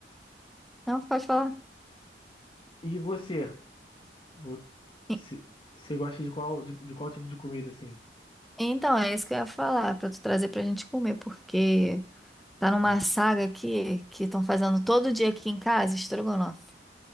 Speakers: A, in the centre; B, on the left.
A: não, pode falar.
B: e você? Vo-
A: E-
B: se- Você gosta de qual, de, de qual tipo de comida, assim?
A: Então, é isso que eu ia falar, pra tu trazer pra gente comer, porque tá numa
B: Hum.
A: saga aqui que estão fazendo todo dia aqui em casa, estrogonofe.